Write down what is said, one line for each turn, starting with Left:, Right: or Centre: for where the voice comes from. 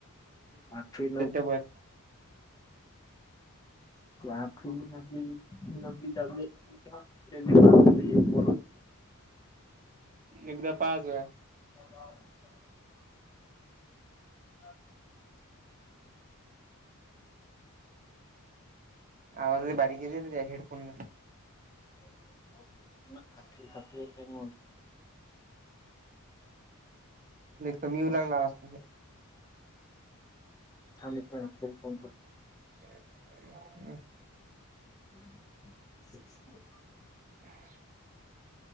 Left: पावी नव
Right: बर
Left: <unintelligible>
Right: एकदा पाच वेळा
Left: <unintelligible>
Right: <unintelligible> आवाज बारीक येत हेडफोनला
Left: <unintelligible>
Right: कमी येऊ लागला म्हणे
Left: आ्ही पणण करतो
Right: हम्
Left: <unintelligible>
Right: <unintelligible>